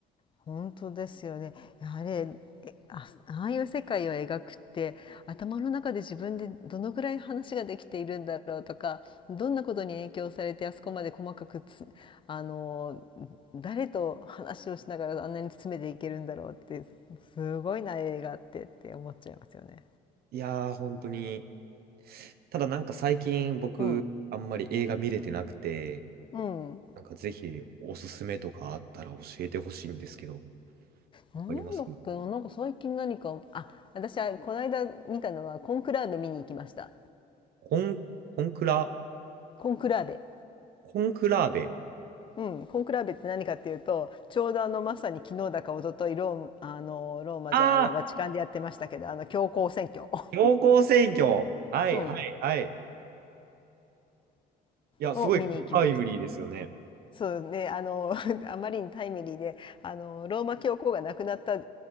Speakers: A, on the left; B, on the right.
A: 本当ですよね。いやあれ、えあ、ああいう世界を描くって、頭の中で自分でどのぐらい話ができているんだろうとか、どんなことに影響されてあそこまで細かくつ、あの、誰と話をしながらあんなに詰めていけるんだろうって、すごいな映画ってって思っちゃいますよね。
B: いやー、本当に。ただなんか最近僕、
A: うん。
B: あんまり映画見れてなくて、
A: うん。
B: なんかぜひおすすめとかあったら教えてほしいんですけど、
A: なんだっけな、
B: あります
A: なんか最近何か、あ、私はこの間見たのはコンクラーベ見に行きました。
B: コン、コンクラ、
A: コンクラーベ。
B: コンクラーベ。
A: うん、コンクラベって何かっていうとちょうどあのまさに昨日だか一昨日ローあのローマじゃないやバチカンでやってましたけどあの教皇選挙、
B: ああ、
A: <laughs>
B: 強行選挙。はいはいはい。
A: うん、
B: いや、
A: を見に行きましたね。
B: すごいタイムリーですよね。
A: そうねあの <laughs> あまりにタイムリーであのローマ教皇が亡くなった